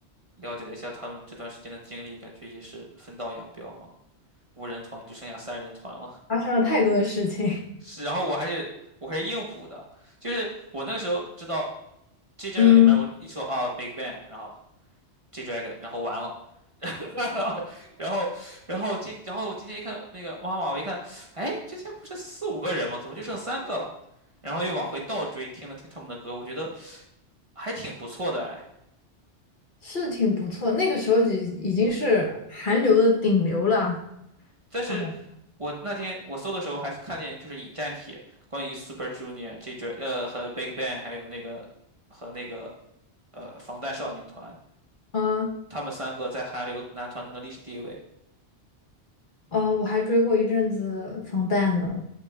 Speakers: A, on the right; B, on the left.
A: 了解了一下他们这段时间的经历，感觉也是分道扬镳嘛。五人团就剩下三人团了。
B: 发生了太多的事情，
A: 是，然后我还是我还是硬补的，就是我那时候知道
B: <laughs>
A: G Dragon
B: 嗯。
A: 里面我一说啊 Big Bang，然后 G Dragon，然后完了。然后，然后，然后今，然后我今天一看那个妈妈，我一看，哎，之前不是四五个人吗？怎么就剩三个了？然后又往回倒追，听了听他们的歌，我觉得还挺不错的哎。
B: 是挺不错，那个时候已已经是韩流的顶流了。
A: 但是
B: 他们，
A: 我那天我搜的时候还是看见就是引战帖，关于 Super Junior 这支呃和 Big Bang 还有那个和那个呃防弹少年团，
B: 嗯
A: 他们三个在韩流男团中的历史地位。
B: 嗯，我还追过一阵子防弹呢。